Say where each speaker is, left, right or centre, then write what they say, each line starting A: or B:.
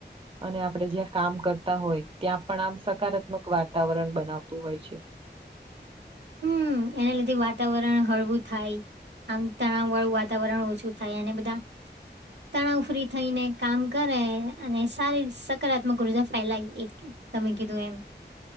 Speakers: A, on the right; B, on the right.
A: અને આપણે જ્યાં કામ કરતા હોય ત્યાં પણ આમ સકારાત્મક વાતાવરણ બનાવતું હોય છે
B: હમ એના લીધે વાતાવરણ હળવું થાય આમ તણાવ વાળું વાતાવરણ ઓછું થાય અનેને બધા તણાવ ફ્રી થઈને કામ કરે અને સારી સકારાત્મક ઉર્જા ફેલાવી એ તમે કીધું એમ